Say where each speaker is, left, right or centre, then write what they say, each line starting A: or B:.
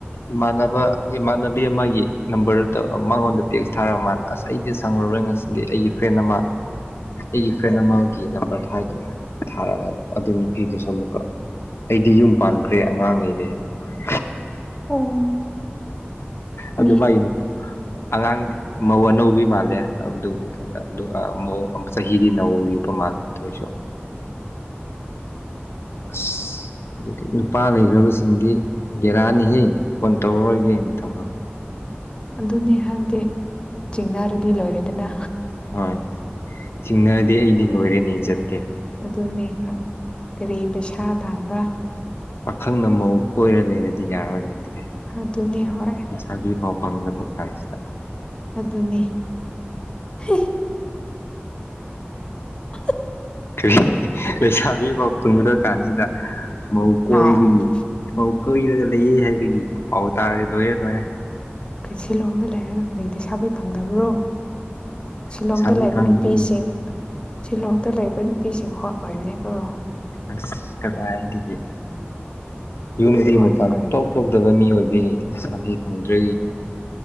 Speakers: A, on the left; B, on the left.
A: ꯏꯃꯥꯟꯅꯕ ꯏꯃꯥꯟꯅꯕꯤ ꯑꯃꯒꯤ ꯅꯝꯕꯔꯗꯨ ꯇꯧ ꯃꯉꯣꯟꯗ ꯇꯦꯛꯁ ꯊꯥꯔꯛ ꯃꯥꯅ ꯑꯁ ꯑꯩꯗꯤ ꯁꯪꯉꯔꯣꯏ ꯉꯁꯤꯗꯤ ꯑꯩꯒꯤ ꯐ꯭ꯔꯦꯟ ꯑꯃ ꯑꯩꯒꯤ ꯐ꯭ꯔꯦꯟ ꯑꯃꯒꯤ ꯅꯝꯕꯔ ꯊꯥꯒꯦ ꯍꯥꯏꯔꯒ ꯊꯥꯔꯛꯑꯒ ꯑꯗꯨ ꯅꯨꯄꯤꯗꯨꯁꯨ ꯑꯃꯨꯛꯀ ꯑꯩꯗꯤ ꯌꯨꯝ ꯄꯥꯟꯈ꯭ꯔꯦ ꯑꯉꯥꯡ ꯂꯩꯔꯦ ꯑꯃꯨꯛ ꯍꯥꯏ
B: ꯎꯝ
A: ꯑꯗꯨ
B: ꯃꯤ
A: ꯃꯥꯒꯤ ꯑꯉꯥꯡꯗꯤ ꯃꯧ ꯑꯅꯧꯕꯤ ꯃꯥꯜꯂꯦ ꯑꯗꯨ ꯑꯗꯨꯒ ꯆꯍꯤꯗꯤ ꯅꯧꯔꯤ ꯃꯥꯜꯂꯦ ꯗꯣꯏ ꯑꯣꯏꯁꯨ ꯑꯁ ꯑꯗꯨꯗꯤ ꯅꯨꯄꯥ ꯂꯩꯈ꯭ꯔꯕꯁꯤ ꯗꯤ ꯕꯦꯔꯅꯤꯍꯦ ꯐꯣꯟ ꯇꯧꯔꯛꯔꯣꯏꯒꯦꯅ ꯊꯝꯃ
B: ꯑꯗꯨꯅꯦ ꯍꯥꯏꯕꯗꯤ ꯆꯤꯡꯅꯥꯔꯗꯤ ꯂꯣꯏꯔꯣꯏꯗꯅ
A: ꯍꯣꯏ ꯆꯤꯡꯅꯔꯗꯤ ꯑꯩꯗꯤ ꯂꯣꯏꯔꯦꯅꯦ ꯏꯖꯠꯇꯤ
B: ꯑꯗꯨꯅꯤ ꯀꯔꯤ ꯄꯩꯁꯥ ꯇꯥꯟꯕ
A: ꯄꯥꯈꯪꯅ ꯃꯧ ꯀꯣꯏꯔ ꯂꯩꯔꯗꯤ ꯌꯥꯔꯣꯏꯅ ꯑꯗꯨꯗꯤ
B: ꯑꯗꯨꯅꯤ ꯍꯣꯏ
A: ꯂꯩꯁꯥꯕꯤ ꯄꯥꯎ ꯐꯪꯗꯕ ꯀꯥꯟꯁꯤꯗ
B: ꯑꯗꯨꯅꯤ ꯍꯤ <unintelligible>
A: ꯀꯔꯤ ꯂꯩꯩꯁꯥꯕꯤ ꯑꯃ ꯐꯪꯗꯧꯔ ꯀꯥꯟꯁꯤꯗ ꯃꯧ ꯀꯣꯏꯕꯒꯤ
B: ꯍꯥꯏ
A: ꯃꯧ ꯀꯣꯏꯔꯒ ꯂꯩꯌꯦ ꯍꯥꯏꯕꯒꯤ ꯄꯥꯎ ꯇꯥꯔꯗꯤ ꯂꯣꯏꯔꯦ ꯂꯣꯏꯔꯦ
B: ꯀꯩ ꯁꯤꯂꯣꯡꯗ ꯂꯩꯔꯒ ꯀꯔꯤ ꯂꯩꯩꯁꯥꯕꯤ ꯐꯪꯗꯕ꯭ꯔꯣ ꯁꯤꯂꯣꯡꯗ
A: ꯂꯩꯁꯥꯕꯤ
B: ꯂꯩꯕ
A: ꯐꯪꯗ꯭ꯔꯤ
B: ꯅꯨꯄꯤꯁꯤꯡ ꯁꯤꯂꯣꯡꯗ ꯂꯩꯕ ꯅꯨꯄꯤꯁꯤꯡ ꯍꯣ ꯑꯣꯏꯕꯤꯅꯦ ꯀꯣ
A: ꯑꯁ ꯀꯔꯥꯏꯗꯒꯤ ꯌꯨꯝꯗꯒꯤ
B: ꯍꯣꯠ
A: ꯃꯄꯥꯟ
B: ꯑꯣꯏ
A: ꯁꯨꯡ ꯊꯣꯛ ꯊꯣꯛꯇꯕ ꯃꯤ ꯑꯣꯏꯕ ꯂꯩꯁꯥꯕꯤ ꯐꯪꯗ꯭ꯔꯦ